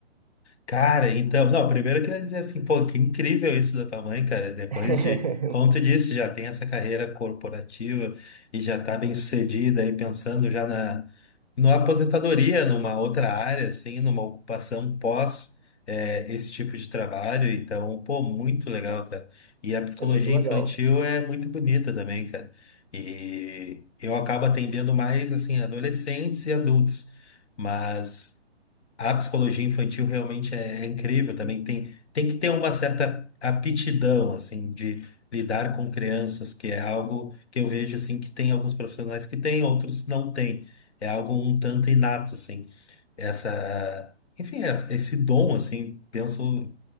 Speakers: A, on the left; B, on the right.
A: Cara, então, não, primeiro eu queria dizer assim, pô, que incrível isso da tua mãe, cara. Depois
B: <laughs>
A: de, como tu disse, já tem essa carreira corporativa e já tá bem sucedida aí pensando já na, na aposentadoria, numa outra área, assim, numa ocupação pós eh, esse tipo de trabalho. Então, pô, muito legal, cara. E a psicologia
B: É muito legal.
A: infantil é muito bonita também, cara. E eu acabo atendendo mais, assim, adolescentes e adultos. Mas. A psicologia infantil realmente é, é incrível também. Tem, tem que ter uma certa aptidão, assim, de lidar com crianças, que é algo que eu vejo, assim, que tem alguns profissionais que têm, outros não têm. É algo um tanto inato, assim. Essa, enfim, essa- esse dom, assim, penso,